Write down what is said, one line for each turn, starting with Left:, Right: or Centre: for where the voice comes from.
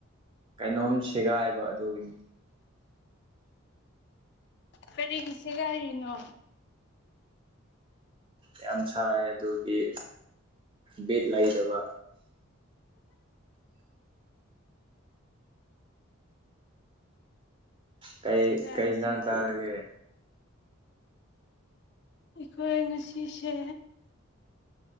Right: ꯀꯩꯅꯣꯝ ꯁꯦꯒꯥꯏꯕ ꯑꯗꯨꯒꯤꯅꯤ
Left: ꯀꯔꯤꯒꯤ ꯁꯦꯒꯥꯢꯔꯤꯅꯣ
Right: ꯌꯥꯝ ꯁꯥꯏ ꯑꯗꯨꯒꯤ ꯕꯤꯠ ꯂꯩꯇꯕ ꯀꯩ
Left: ꯁꯦꯒꯥꯏꯌꯨ
Right: ꯀꯩ ꯏꯟꯖꯥꯡ
Left: ꯁꯦꯒꯥꯏꯌꯨ
Right: ꯆꯥꯔꯒꯦ
Left: ꯑꯩꯈꯣꯏ ꯉꯁꯤꯁꯦ